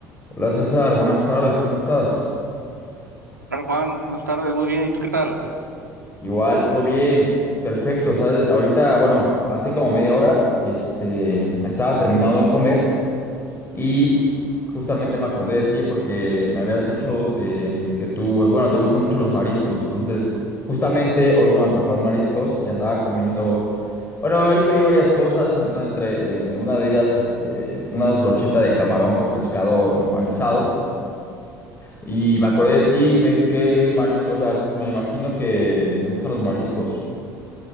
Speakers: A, on the left (about 25°); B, on the right (about 85°).
A: Hola César, buenas tardes, ¿cómo estás?
B: ¿Qué tal, Juan? Buenas tardes, muy bien. ¿Y tú qué tal?
A: Igual, todo bien, perfecto. ¿sabes? Ahorita, bueno, hace como media hora, este, estaba terminado de comer y justamente me acordé de ti porque me habías dicho de que tú, bueno, te gustan mucho los mariscos. Entonces, justamente hoy se me antojaron mariscos y andaba comiendo. Bueno, ahí pedí varias cosas, una entre, eh, una de ellas, este, una brocheta de camarón con pescado empanizado. Y me acordé de ti, ¿qué, qué marisco? O sea, me imagino que te gustan los mariscos.